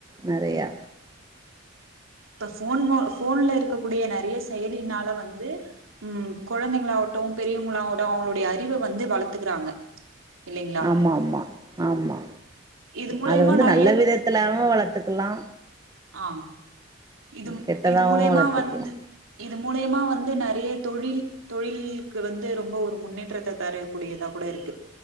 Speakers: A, on the right; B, on the right.
A: நறையா
B: இப்ப ஃபோன் மோ ஃபோன்ல இருக்கக்கூடிய நெறைய செயலின்னால வந்து ம் குழந்தைங்களாவட்டும் பெரியவங்களாவடோ அவங்களுடைய அறிவ வந்து வளத்துக்குறாங்க இல்லைங்களா
A: ஆமா ஆமா ஆமா
B: இது மூலியமா
A: அது வந்து
B: நெறைய
A: நல்ல விதத்துலாவு வளத்துக்கலா லா
B: ஆஹ் இது
A: கெட்டதாவு
B: இது மூலயமா
A: வளத்துக்கலா
B: வந்து இது மூலியமா வந்து நெறய தொழில் தொழில்லுக் வந்து ரொம்ப ஒரு முன்னேற்றத்த தரக்கூடியதா கூட இருக்கு.